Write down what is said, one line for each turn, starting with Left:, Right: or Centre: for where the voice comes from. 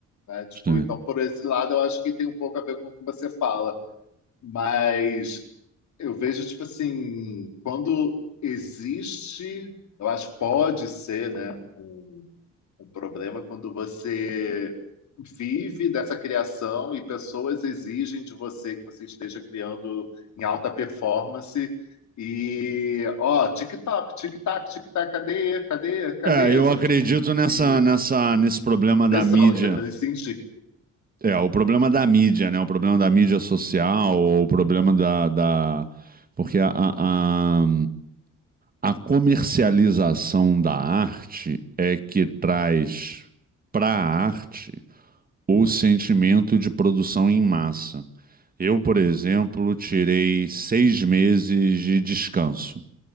Left: né? Tipo,
Right: Sim.
Left: então por esse lado eu acho que tem um pouco a ver com o que você fala, mas eu vejo tipo assim, quando existe, eu acho que pode ser, né, um, um problema quando você vive dessa criação e pessoas exigem de você que você esteja criando em alta performance. E, ó, tic-tac, tic-tac, tic-tac, cadê, cadê, cadê?
Right: É, eu
Left: Sabe,
Right: acredito
Left: tipo,
Right: nessa,
Left: e
Right: nessa, nesse problema da
Left: pressão,
Right: mídia.
Left: entendeu? Nesse sentido.
Right: É, o problema da mídia, né? O problema da mídia social, ou o problema da, da... Porque a, a, a comercialização da arte é que traz para a arte o sentimento de produção em massa. Eu, por exemplo, tirei seis meses de descanso.